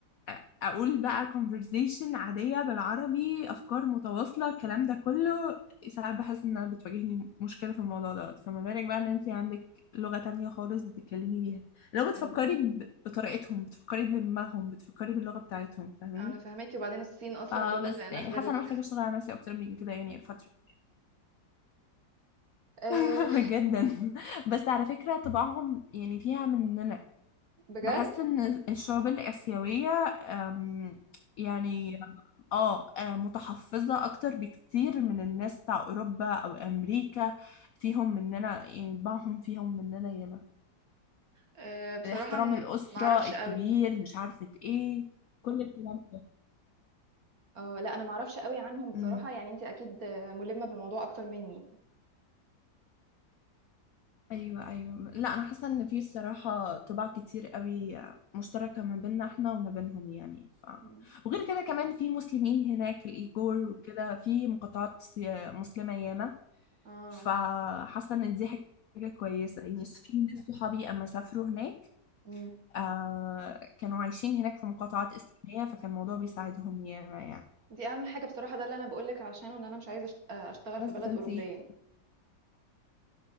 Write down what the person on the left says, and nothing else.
أ- اقول بقى conversation عادية بالعربي افكار متواصلة الكلام ده كله ساعات بحس ان انا بتواجهني مشكلة في الموضوع دوت فما بالك بقى ان انت عندك لغة تانية خالص بتتكلمي بيها لو بتفكري
ب- بطريقتهم بتفكري بدماغهم بتفكري باللغة بتاعتهم فاهماني
فبس
يعني
حاسة انا محتاجة اشتغل على نفسي اكتر من كده يعني الفترة
<laughs> جدا بس على فكرة طباعهم يعني فيها مننا
بحس ان الشعوب الآسيوية أم، يعني اه آه، متحفظة اكتر بكتير من الناس بتاع اوروبا او امريكا فيهم مننا يعني طباعهم فيهم مننا ياما
احترام
الأسرة
الكبير
مش عارفة ايه كل الكلام
ده
ايوه ايوه لا انا حاسه ان في الصراحه طباع كتير قوي مشتركه ما بيننا احنا وما بينهم يعني ف...
وغير كده كمان في مسلمين هناك الايجور وكده في مقاطعات سي- مسلمه ياما
فحاسه ان دي حاجه كويسه يعني في ناس صحابي اما سافروا هناك
آه كانوا عايشين هناك في مقاطعات اسلاميه فكان الموضوع بيساعدهم ياما يعني
بس
فانتي